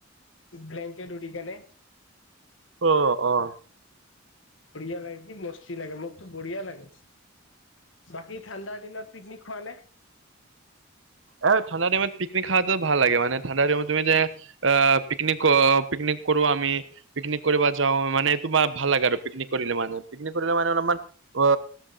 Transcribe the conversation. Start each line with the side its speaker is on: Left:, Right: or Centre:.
Left: ব্লেংকেট উৰি কিনে।
Right: অহ অহ।
Left: বঢ়িয়া লাগে কি মস্তি লাগে মোকতো বঢ়িয়া লাগে। বাকী ঠাণ্ডাৰ দিনত পিকনিক খোৱা নে।
Right: এ ঠাণ্ডা টাইমত পিকনিক খাওঁতেও ভাল লাগে। মানে ঠাণ্ডা টাইমত তুমি যে আহ, পিকনিক- পিকনিক কৰোঁ আমি। পিকনিক কৰিব যাওঁ মানে। তোমাৰ ভাল লাগে আৰু পিকনিক। কৰিলে মানে, পিকনিক কৰিলে মানে অলপমান অ,